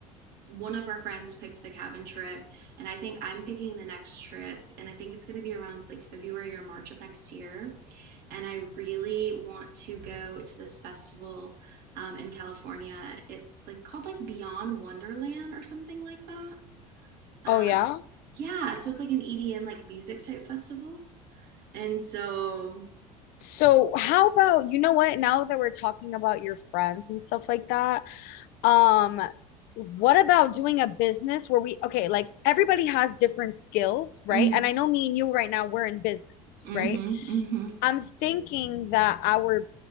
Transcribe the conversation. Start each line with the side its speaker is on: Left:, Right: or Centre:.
Right: one of our friends picked the cabin trip and I think I'm picking the next trip and I think it's going to be around like February or March of next year and I really want to go to this festival um, in California it's like called like Beyond Wonderland or something like that uh
Left: Oh yeah.
Right: yeah so it's like an EDM like music type festival and so
Left: So how about you know what, now that we're talking about your friends and stuff like that, um, what about doing a business where we okay, like everybody has different skills, right?
Right: mhm
Left: And I know me and you right now, we're in business,
Right: Mm-hmm.
Left: right?
Right: Mm-hmm.
Left: I'm thinking that our